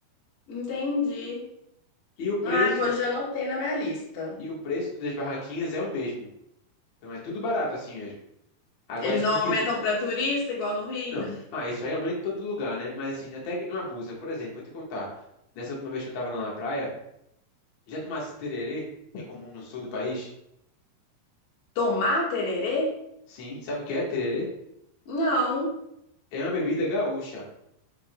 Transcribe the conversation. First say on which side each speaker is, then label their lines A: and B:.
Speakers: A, on the left; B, on the left.
A: entendi.
B: E o preço,
A: Ai, vou, já anotei na minha lista.
B: e o preço das barraquinhas é o mesmo. Então é tudo barato assim mesmo. Agora,
A: Eles
B: se
A: não
B: tu
A: aumentam
B: quiser.
A: pra turista, igual no Rio.
B: Não. Ah, isso aí aumenta em todo lugar, né? Mas assim, até que não abusa. Por exemplo, vou te contar. Nessa última vez que eu estava lá na praia, Já tomasse tererê, que é comum no sul do país?
A: Tomar tererê?
B: Sim, sabe o que é tererê?
A: Não.
B: É uma bebida gaúcha.